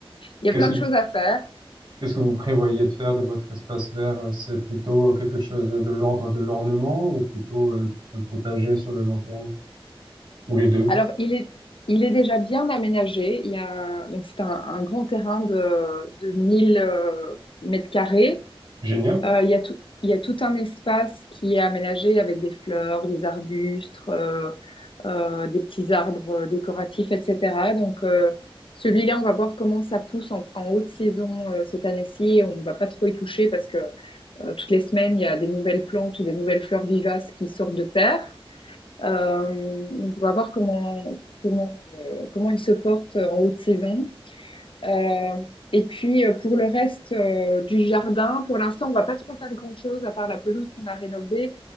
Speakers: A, on the left (about 60°); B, on the right (about 45°).
A: il y
B: Qu'est-ce
A: a plein
B: que,
A: de choses à faire.
B: qu'est-ce que vous prévoyez de faire de votre espace vert? C'est plutôt quelque chose de l'ordre de l'ornement ou plutôt euh, un potager sur le long terme? Ou les deux?
A: Alors, il est, il est déjà bien aménagé. Il y a, donc, c'est un, un grand terrain de, de 1000 euh, mètres carrés.
B: Génial.
A: Euh, il y a tout, il y a tout un espace qui est aménagé avec des fleurs, des arbustes, euh, euh, des petits arbres euh, décoratifs, etc. Donc, euh, celui-là, on va voir comment ça pousse en, en haute saison euh, cette année-ci. On va pas trop y toucher parce que euh, toutes les semaines, il y a des nouvelles plantes ou des nouvelles fleurs vivaces qui sortent de terre. Euh, donc on va voir comment, comment, euh, comment il se porte euh, en haute saison. Euh, et puis euh, pour le reste euh, du jardin, pour l'instant, on va pas trop faire grand-chose à part la pelouse qu'on a rénovée.